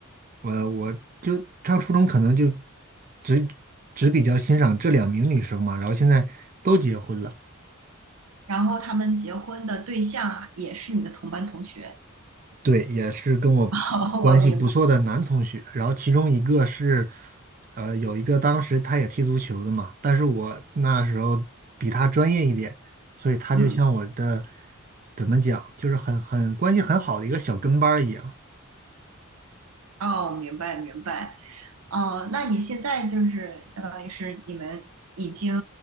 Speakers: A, on the right; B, on the right.
A: 我我就上初中可能就只只比较欣赏这两名女生嘛，然后现在都结婚了。
B: 然后他们结婚的对象啊也是你的同班同学。
A: 对，也是跟我关系不错的男同学。
B: <laughs> 哦，我明白，
A: 然后其中一个是，呃，有一个当时他也踢足球的嘛，但是我那时候比他专业一点，所以他就像我的，
B: 嗯，
A: 怎么讲，就是很很关系很好的一个小跟班儿一样。
B: 哦，明白明白。哦，那你现在就是相当于是你们已经，